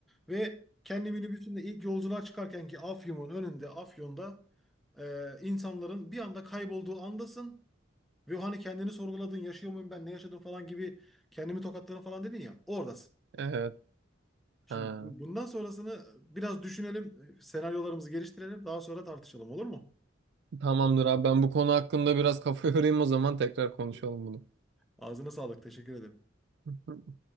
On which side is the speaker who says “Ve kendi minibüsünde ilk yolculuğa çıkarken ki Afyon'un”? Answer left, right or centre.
Centre